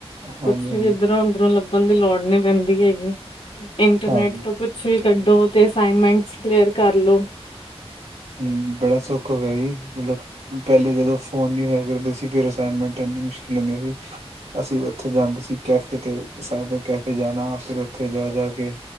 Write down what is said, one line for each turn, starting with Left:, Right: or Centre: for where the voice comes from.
Right: ਹਾਂਜੀ
Left: ਕੁਛ ਵੀ
Right: ਹਾਂਜੀ
Left: ਇੱਧਰੋਂ ਉਧਰੋਂ ਲੱਭਣ ਦੀ ਲੋੜ ਨੀ ਪੈਂਦੀ ਹੈਗੀ, ਇੰਟਰਨੈਟ
Right: ਹਾਂਜੀ
Left: ਤੋਂ ਕੁਛ ਕੁਛ ਵੀ ਕੱਢੋ, ਤੇ ਅਸਾਈਨਮੈਂਟ ਕਲੀਅਰ ਕਰ ਲੋ।
Right: ਹੰ, ਬੜਾ ਸੌਖ ਹੋ ਗਿਆ ਜੀ ਮਲਬ ਪੈਲੇ ਜਦੋਂ ਫੋਨ ਨੀ ਹੋਇਆ ਕਰਦੇ ਸੀ ਫਿਰ ਅਸਾਈਨਮੈਂਟ ਇੰਨੀ ਮੁਸ਼ਕਿਲ ਹੁੰਦੇ ਸੀ। ਅਸੀਂ ਓਥੇ ਜਾਂਦੇ ਸੀ ਕੈਫੇ ਤੇ, ਸਾਈਬਰ ਕੈਫੇ ਜਾਣਾ ਫਿਰ ਓਥੇ ਜਾ-ਜਾ ਕੇ